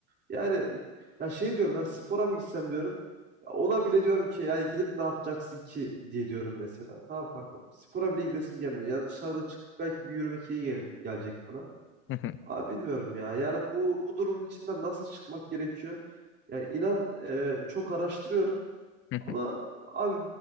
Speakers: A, on the right; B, on the left.
A: Yani ya şey diyorum ben spora mı gitsem diyorum. Ya Ona bile diyorum ki yani gidip ne yapacaksın ki diye diyorum mesela. Tamam kanka spora bile gidesim gelmiyor. Yani dışarıda çıkıp belki bir yürümek iyi gele- gelecek bana.
B: <laughs> Hı hı.
A: Abi bilmiyorum ya. Yani bu bu durumun içinden nasıl çıkmak gerekiyor? Yani inan e, çok araştırıyorum.
B: Hı
A: Ama
B: hı.
A: abi